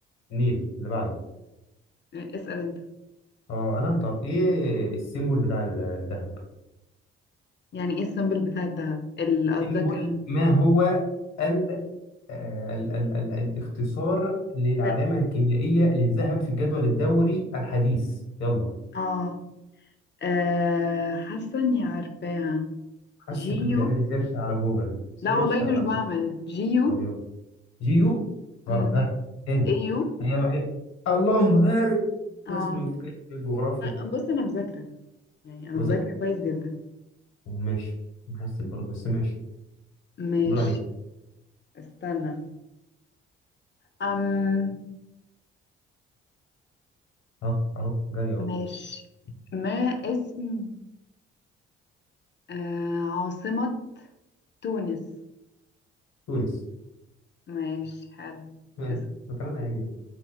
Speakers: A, on the left (about 60°); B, on the left (about 35°).
A: النيل اللي بعده
B: اسأل أنت
A: اه انا طب ايه السيمبول بتاع ال- الذهب
B: يعني إيه السيمبل بتاع الدهب؟ ال- قصدك
A: سيمبول ما هو ال آه، ال ال ال الاختصار للعلامة
B: الفرق
A: الكيميائية للذهب في الجدول الدوري الحديث يلا
B: آه آه، حاسة إني عارفاها
A: حاسك
B: جيو
A: بتعملي سيرش على جوجل سيرش
B: لا والله
A: على
B: مش بعمل
A: جوجل
B: جيو
A: طب يلا جيو
B: مم.
A: غلط ها تاني
B: إيو
A: هي بقى هي. اللهم بارك
B: آه
A: قسم قسم الجغرافيا
B: لأ، بص أنا مذاكرة يعني أنا
A: مز-
B: مذاكرة كويس جدا
A: ماشي نحسب برضه بس ماشي
B: ماشي
A: دور عليك
B: استنى أم
A: اهو اهو جاي اهو
B: ماشي ما اسم آه عاصمة تونس
A: تونس
B: ماشي حلو
A: ها،
B: اس-
A: فكرنا ايه